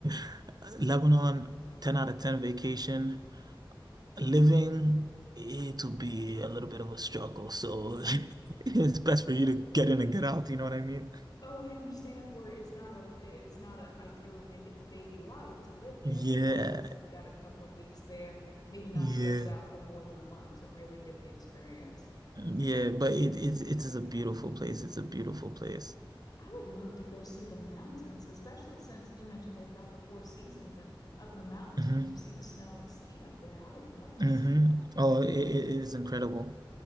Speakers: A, on the right (about 50°); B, on the left (about 50°).
A: <laughs> Lebanon, 10 out of 10 vacation. Living, it'll be a little bit of a struggle. So <laughs> it's best for you to get in and get out, you know what I mean?
B: Oh, I understand where it's not okay, it's not a ideal to make it the daily life to live there,
A: Yeah,
B: but more or less if you got a couple of weeks there, maybe not
A: yeah,
B: stretch it out for more than a month to really get the experience.
A: yeah. But it it it is a beautiful place. It's a beautiful place.
B: I would love to go see the mountains, especially since you mentioned they've got the four seasons and up in the mountains
A: hmm
B: you can see the snow and ski up there. I would love to
A: hmm
B: see that.
A: Oh,
B: Get-
A: it, it it is incredible.